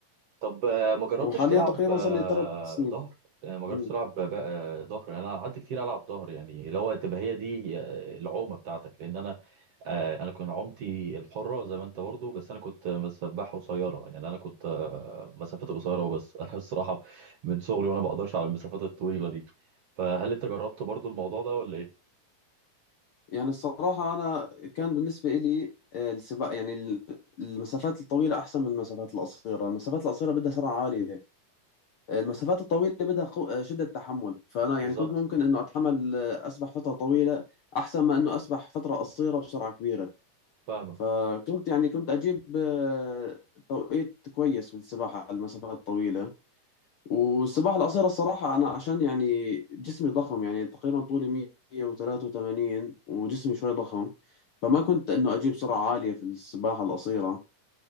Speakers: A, on the right; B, on the left.
A: طب آه، ما جربتش
B: وحاليا
A: تلعب
B: تقريبا
A: آه،
B: صار لي ثلاث سنين
A: ظهر آه، ما جربتش
B: مم.
A: تلعب بقى- آه، ظهر يعني انا قعدت كتير العب ظهر يعني اللي هو تبقى هي دي آه، العومه بتاعتك لان انا آه، انا كنت عومتي الحره زي ما انت برضه بس انا كنت مسبحه قصيره يعني انا كنت آه، مسافات القصيره أه بس <laughs> انا الصراحه من صغري وانا ما اقدرش على المسافات الطويله دي فهل انت جربت برضه الموضوع ده ولا ايه
B: يعني الصراحة أنا كان بالنسبة إلي آه، السباق يعني ال- المسافات الطويلة أحسن من المسافات القصيرة المسافات القصيرة بدها سرعة عالية المسافات الطويلة بدها قو... شدة تحمل فأنا
A: بالظبط
B: يعني كنت ممكن إنه أتحمل أسبح فترة طويلة أحسن ما إنه أسبح فترة قصيرة بسرعة كبيرة
A: فاهمك
B: فكنت يعني كنت أجيب آه، توقيت كويس بالسباحة على المسافات الطويلة والسباحة القصيرة الصراحة أنا عشان يعني جسمي ضخم يعني تقريبا طولي 183 وجسمي شوي ضخم فما كنت إنه أجيب سرعة عالية في السباحة القصيرة